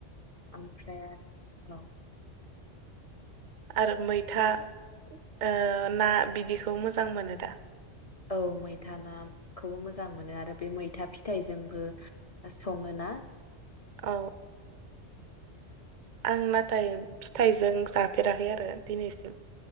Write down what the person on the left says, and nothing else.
ओमफ्राय औ।
औ मैथा नाखौबो मोजां मोनो आरो बे मैथा फिथाइजोंबो सङो ना?